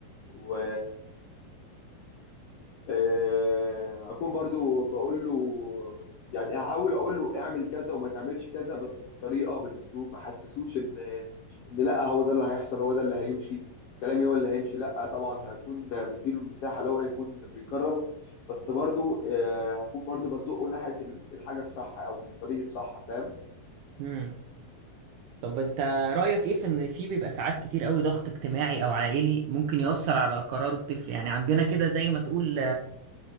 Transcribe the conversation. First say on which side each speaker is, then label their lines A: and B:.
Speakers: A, on the left; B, on the right.
A: و آه، اكون برضو بقول له يعني هحاول اقول له اعمل كذا وما تعملش كذا بس بالطريقة بالاسلوب ما حسسوش ان ان لا هو ده اللي هيحصل هو ده اللي هيمشي كلامي هو اللي هيمشي لا طبعا هكون بديله المساحة لو هيكون بيكرر بس برضو آه، هكون برضو بزقه ناحية الحاجة الصح او الطريق الصح فاهم
B: امم طب أنت رأيك إيه في إن في بيبقى ساعات كتير قوي ضغط اجتماعي أو عائلي ممكن يأثر على قرار الطفل يعني عندنا كده زي ما تقول